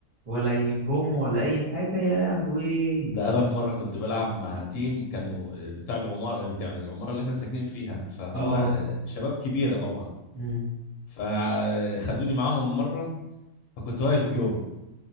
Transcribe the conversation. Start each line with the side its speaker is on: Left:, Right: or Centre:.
Right: ولا يحرمه ولا اي حاجه يا لهوي
Left: ده انا في مره كنت بلعب مع تيم كانوا بتاع العماره بتاع العماره اللي احنا ساكنين فيها فهم
Right: اه
Left: شباب كبيره طبعا
Right: مم.
Left: فخدوني معاهم مره فكنت واقف جون